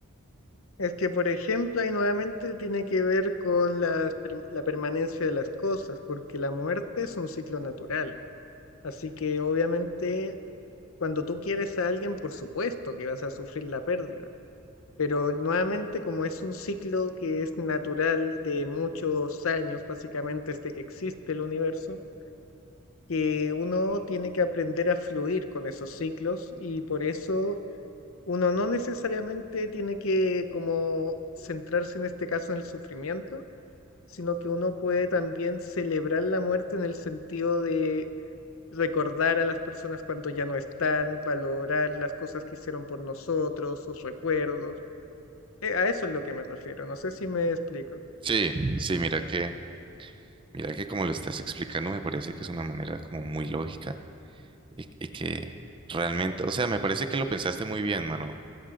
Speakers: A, on the left (about 75°); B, on the right (about 25°).
A: Es que, por ejemplo, ahí nuevamente tiene que ver con las per- la permanencia de las cosas, porque la muerte es un ciclo natural. Así que, obviamente, cuando tú quieres a alguien, por supuesto que vas a sufrir la pérdida. Pero nuevamente, como es un ciclo que es natural de muchos años, básicamente desde que existe el universo, que uno tiene que aprender a fluir con esos ciclos y por eso uno no necesariamente tiene que como centrarse en este caso en el sufrimiento, sino que uno puede también celebrar la muerte en el sentido de recordar a las personas cuando ya no están, valorar las cosas que hicieron por nosotros, sus recuerdos. Eh, a eso es lo que me refiero, no sé si me explico.
B: Sí, sí, mira que... Mira que como lo estás explicando, me parece que es una manera como muy lógica y, y que realmente, o sea, me parece que lo pensaste muy bien, mano.